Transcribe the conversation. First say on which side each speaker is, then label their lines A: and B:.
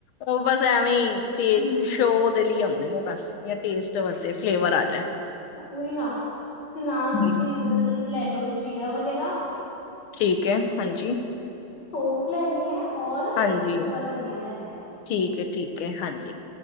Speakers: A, on the left (about 80°); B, on the left (about 60°).
A: ਉਹ ਬਸ ਐਵੇਂ ਤੇਦ
B: ਹੂੰ
A: ਸ਼ੋਧ ਲਈ ਹੁੰਦੇ ਬਸ ਟੇਸਟ ਵਾਸਤੇ ਫਲੇਵਰ ਆਜੇ
B: ਉਹੀ ਨਾ ਤੇ ਨਾਲ ਤੁਸੀਂ
A: ਹਾਂ
B: ਅ ਲੈ ਲਓ ਜੀਰਾ ਵਗੈਰਾ
A: ਠੀਕ ਹੈ ਹਾਂਜੀ
B: ਸੌਫ ਲੈਣੀ ਹੈ ਔਰ
A: ਹਾਂਜੀ
B: ਸੁੱਕਾ ਧਨੀਆ ਲੈਣਾ ਹੈ।
A: ਠੀਕ ਹੈ ਠੀਕ ਏ ਹਾਂਜੀ